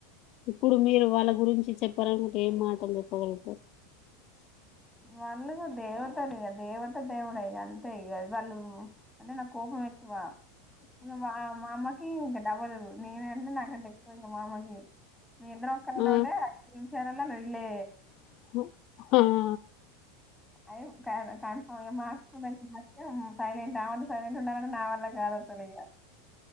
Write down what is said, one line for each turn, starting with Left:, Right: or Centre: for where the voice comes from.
Left: ఇప్పుడు మీరు వాళ్ళ గురించి చెప్పాలనుకుంటే ఏం మాటలు చెప్పగలుగుతారు
Centre: వాళ్ళు దేవతలు ఇగ దేవత దేవుడే ఇగ అంతే ఇగ అ వాళ్ళు అంటే నాకు కోపం ఎక్కువ ఇంక మా అమ్మకి ఇంకా డబలు నేన్ అంటే నాకంటే ఎక్కువ ఇంకా మా అమ్మకి మీ ఇద్దరం కలవడం
Left: ఆ
Centre: అంటే ఐస్ క్రీం విషారన్నా లొల్లే
Left: మ్మ్
Centre: అయ్యో కాయలా కన్ఫర్మ్ ఇగ మార్సుకుంటా <unintelligible> సైలంటా అంత సైలెట్ ఉండాలంటే నా వల్ల కాదు అసలు ఇక